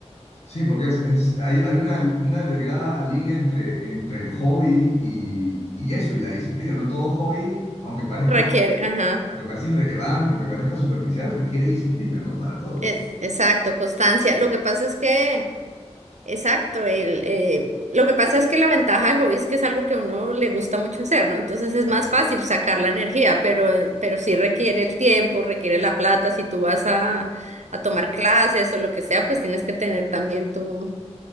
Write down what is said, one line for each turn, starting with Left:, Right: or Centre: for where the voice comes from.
Left: Sí, porque es, es- hay, hay una, una delgada línea entre, entre el hobby y, y eso, y la disciplina, ¿no? Todo hobby, aunque parezca
Right: Requiere,
Left: algo-
Right: ajá,
Left: aunque parezca irrelevante, aunque parezca superficial, requiere disciplina, ¿no? Para todo.
Right: eh, exacto, constancia. Lo que pasa es que Exacto, el, eh, lo que pasa es que la ventaja del hobby es que es algo que a uno le gusta mucho hacer, ¿no? Entonces es
Left: Claro,
Right: más fácil sacar la energía, pero, pero sí requiere el tiempo, requiere la plata. Si tú vas a, a tomar clases o lo que sea, pues tienes que tener también tu,